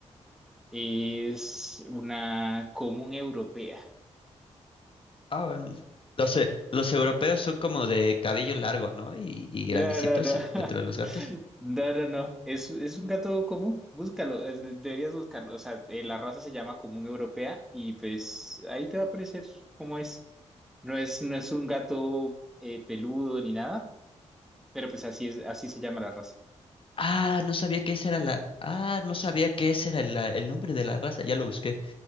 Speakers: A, in the centre; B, on the left (about 45°).
A: Es una común europea.
B: Ah, bueno, los, e- los europeos son como de cabello largo, ¿no? Y, y
A: No,
B: grandecitos
A: no, no. <laughs>
B: eh, dentro de los gatos.
A: No, no, no. Es, es un gato común. Búscalo. eh, de- Deberías buscarlo. O sea, eh, la raza se llama común europea y pues ahí te va a aparecer cómo es. No es, no es un gato eh, peludo ni nada, pero pues así es, así se llama la raza.
B: Ah, no sabía que esa era la. Ah, no sabía que ese era la- el nombre de la raza. Ya lo busqué.